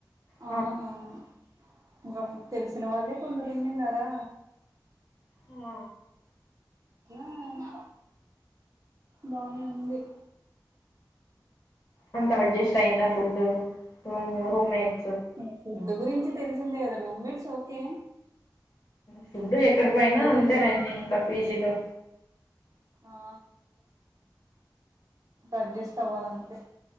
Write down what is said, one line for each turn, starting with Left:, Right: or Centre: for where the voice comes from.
Left: ఆ
Right: అవునవును ఇంకా తెలిసిన వాళ్ళే కొందరుండిన్నారా
Left: ఆ
Right: హ్మ్ బానే ఉంది
Left: అంతా అడ్జస్ట్ అయిందా ఫుడ్ రూము రూమ్మేట్
Right: <unintelligible> <unintelligible> గురించి తెలిసిందే కదా రూమిట్స్ ఓకే
Left: ఫుడ్ ఎక్కడి
Right: ఇంగ
Left: పోనా
Right: ఫుడ్
Left: అంతేనండి
Right: గురించి
Left: ఇంక పీజీలో
Right: ఆ ఎడ్జస్ట్ అవ్వాలంతే